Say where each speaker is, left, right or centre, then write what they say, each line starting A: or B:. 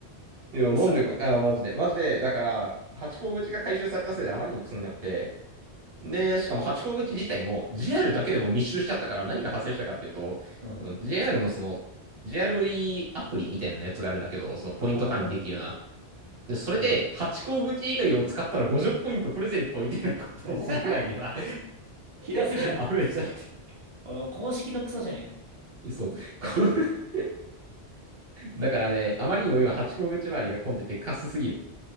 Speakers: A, on the right; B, on the right.
A: いや、
B: クソなのか。
A: なんでか、あ、マジで。マジで、だから、ハチ公口が回収されたせいであまりにクソになって、で、しかもハチ公口自体も JR だけでも密集しちゃったから何が発生したかっていうと、
B: うん。うん。
A: その JR のその、JRE アールイーアプリみたいなやつがあるんだけど、そのポイント管理できるような。
B: あ、はいはいはい。
A: で、それで、
B: あるのに。
A: ハチ公口以外を使ったら50ポイントプレゼントみたいなことをするぐらいには
B: <laughs> ひどすぎる。
A: <laughs> 溢れちゃって。
B: <laughs> あの公式のクソじゃねえか。
A: そう。こうだからね、あまりにも今、ハチ公口周りが混んでてカスすぎる。